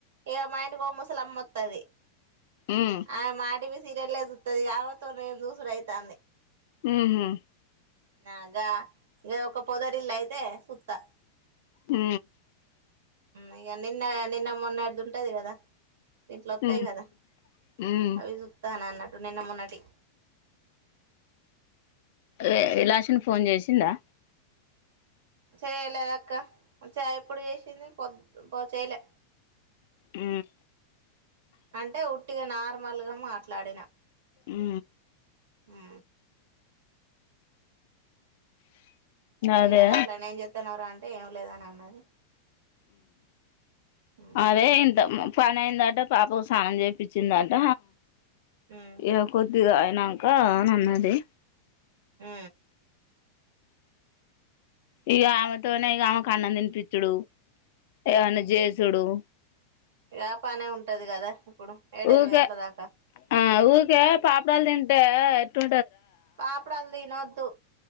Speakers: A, on the right; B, on the left.
A: ఇక మా ఇంటికో ముసలమ్మ అత్తది
B: ఉమ్
A: ఆ మాటీవీ సీరియలే సూత్తది ఆమెతోని నేను సూసుడైతాంది
B: ఉహు
A: నాగా నేను ఒక పొదరిల్లు అయితే సుత్తా
B: ఉ
A: అయ్యా నిన్న నిన్న మొన్నడిది ఉంటది కదా దీంట్లో వత్తయి
B: ఉమ్
A: కదా
B: ఉమ్
A: అవి చూత్తను అన్నట్టు నిన్న మొన్నటియి
B: ఏ విలాష్ని ఫోన్ చేసిందా
A: చేయలేదక్క ఇప్పుడు చేసింది పొద్ చేయలే
B: ఉ
A: అంటే ఉట్టిగా నార్మల్గా మాట్లాడిన
B: ఆ
A: ఆ టి
B: అదే
A: న మాట్లాడి ఏం చెప్తున్నన్నారుా అంటే లేదా అని అన్నది ఉమ్
B: ఆ అదే ఇంత పనియిందట పాపకు స్నానం చేపిచిందంట
A: ఉమ్
B: ఏ కొద్ది నాకా నన్నది
A: ఆ
B: ఇక ఆమెతోనే ఈ ఆమెకు అన్నం దని పిచ్చుడు ఎనజసుడు
A: వ పనే ఉంటది కదా ఇప్పుడు ఏడ
B: ఊకే
A: ఎనిమిది గంటల దాకా.
B: ఆ ఊకే పాపడాలు తింటేటు
A: పాపుడల్ల్ ల్ది నోద్దు